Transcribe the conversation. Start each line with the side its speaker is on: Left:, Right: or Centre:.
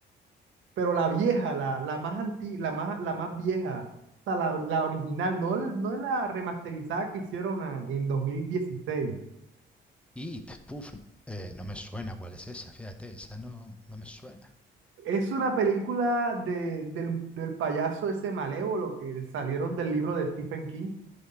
Right: pero la vieja, la, la más anti, la más, la más vieja, o sea, la, la original, no, el- no la remasterizada que hicieron a- en dos mil dieciséis
Centre: It, puf, eh, no me suena cuál es esa, fíjate, esa no, no me suena.
Right: Es una película de, del, del payaso ese malévolo que salieron del libro de Stephen King.